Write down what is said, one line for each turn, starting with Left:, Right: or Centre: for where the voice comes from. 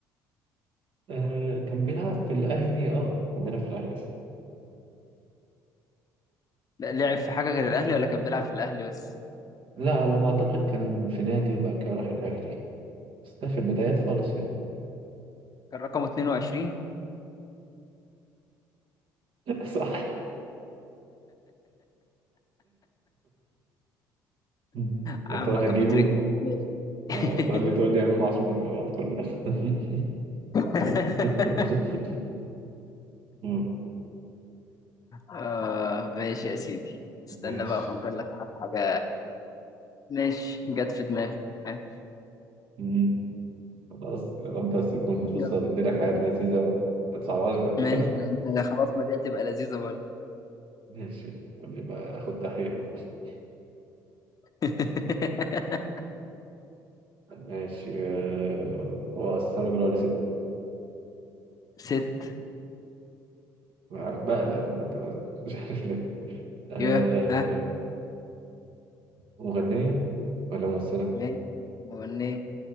Right: آه كان بيلعب في الأهلي اه كان بيلعب في الأهلي
Left: لا، لعب في حاجة غير الأهلي ولا كان بيلعب في الأهلي بس
Right: لا على ما أعتقد كان في نادي وبعد كده راح الأهلي بس ده في البدايات خالص يعني
Left: كان رقمه 22
Right: <laughs> صح <laughs>
Left: عمك
Right: يا ترى هتجيبه
Left: أبو تريكة ماشي <laughs>
Right: آه تقول لي تقول لي إمام عاشور بعد كل ده <laughs>
Left: <laughs>
Right: <laughs> مم.
Left: آه ماشي يا سيدي استنى
Right: ماشي
Left: بقى افكر لك انا في حاجه ماشي جت في دماغي ها،
Right: مم. خلاص يا رب بس تكون بص
Left: يلا
Right: بديلك حاجات لذيذة أهو ما تصعبهاش بقى
Left: ماشي لا انت خلاص ما دي هتبقى لذيذه برضه
Right: <laughs> ماشي قول لي بقى آخد تحقيق بقى <laughs>
Left: <laughs>
Right: ماشي آه، هو أصلا راجل ولا ست؟
Left: ست
Right: بقلق لما تبقى ست مش عارف ليه أه...
Left: يا ها
Right: مغنية ولا ممثلة؟
Left: ماشي مغنية